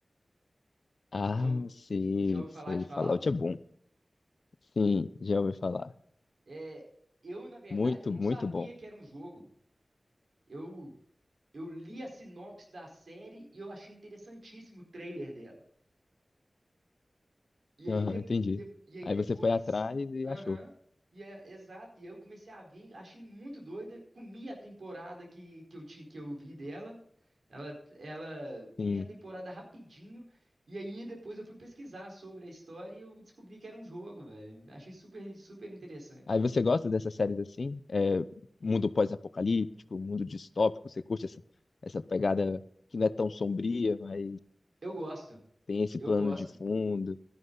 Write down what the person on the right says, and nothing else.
Já, ou-
já ouviu falar
de Fallout?
É, eu, na verdade,
eu não
sabia
que era um jogo. Eu, eu li a sinopse da série e eu achei interessantíssimo o trailer dela. E
aí, de,
de- e aí
depois,
aham,
e é, exato, e aí eu comecei a ver, achei muito doida, comi a temporada que, que eu ti- que eu vi dela, ela, ela comi
a temporada rapidinho, e aí depois eu fui pesquisar sobre a história e eu descobri que era um jogo, velho, achei super, super interessante.
Eu gosto,
eu
gosto,